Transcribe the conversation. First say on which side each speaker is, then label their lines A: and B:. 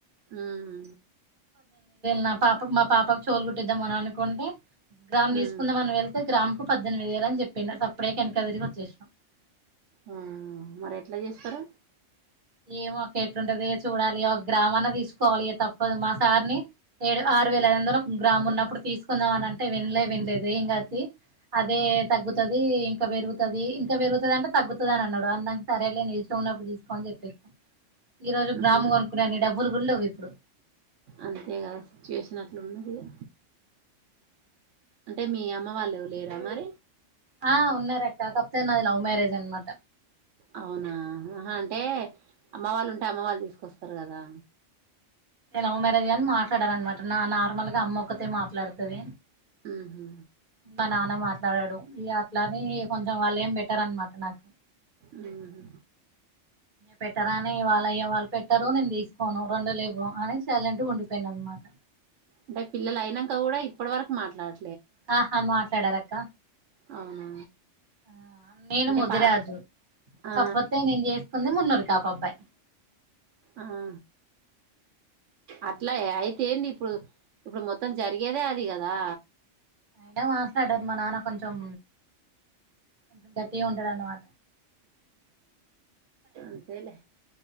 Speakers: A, on the right (about 75°); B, on the right (about 40°).
A: ఉహు
B: నా పాపకు మా పాపకు చోలు కుట్టిద్దాం అని అనుకుంటే గ్రామ్ తీసుకుందామని
A: ఉమ్
B: వెళ్తే గ్రామ్ పద్దెనిమిది వేలు అని చెప్పిండు సప్పుడేక వెనక తిరిగి వచ్చేస్నమ్
A: ఆ మరి ఎట్లా చేస్తారూ
B: ఏమో ఒక ఎట్లుంటదో ఇగ చూడాలి ఒక గ్రామ్ అన్న తీసుకోవాలి ఇగ తప్పదు మా సారిని ఏడు ఆర్ ఆరు వేల ఐదు వందలు గ్రాము ఉన్నప్పుడు తీసుకుందాం అని అంటే వినలే వినలేదు ఏంకాతీ అదే తగ్గుతది ఇంకా పెరుగుతది ఇంకా పెరుగుతది అంటే తగ్గుతది అని అన్నాడు అన్నాంక సరే నీ ఇష్టం ఉన్నప్పుడు తీసుకో అని చెప్పిన ఈ రోజు గ్రాము
A: ఉమ్
B: కొనుకునే అన్ని డబ్బులు గుడ లేవు ఇప్పుడు
A: అంతేగాదు సిచ్యువేషన్ అట్లున్నదిగా అంటే మీ అమ్మ వాళ్ళు లేరా మరి
B: ఆ ఉన్నారక్క కాకపోతే లవ్ మ్యారేజ్ అన్నమాట
A: అవునా అహ అంటే అమ్మ వాళ్ళు ఉంటే అమ్మ వాళ్ళు తీసుకొస్తరు కదా
B: లవ్ మేరేజ్గాని మాట్లాడారన్నమాట నా నార్మల్ గా అమ్మ ఒక్కతే మాట్లాడు తది
A: ఉహు
B: మా నాన్న న మాట్లాడడు ఇగ అట్లాని కొంచెం వాళ్ళు ఏం బెట్టరు అన్నమాట నాకు
A: ఉహు
B: పెట్టరాని వాళ అయ్య వాళ్ళు పెట్టరు నేను తీసుకోను రెండు లేవు వాళ్లే సైలెంట్ గా ఉండిపోయిండన్నమాత
A: అంటే పిల్లలు అయినంక గుడ ఇప్పటి వరకు మాట్లాడ
B: ఆహా మాట్లాడరక్క
A: అవునా
B: ఆ నేను
A: అంటే
B: ముదిరాజు
A: పా ఆ
B: కాపోతే నేను చేస్ కుంది మన్నూరు కాపబ్బాయ్
A: ఆహా అట్లై అయితే ఏంది ఇప్పుడు ఇప్పుడు మొత్తం జరిగేదే అది కదా
B: అయినా మాట్లాడరూ మా నాన్న కొంచం కొంచెం గట్టిగా ఉంటడు. అన్నమాట
A: అంతేలే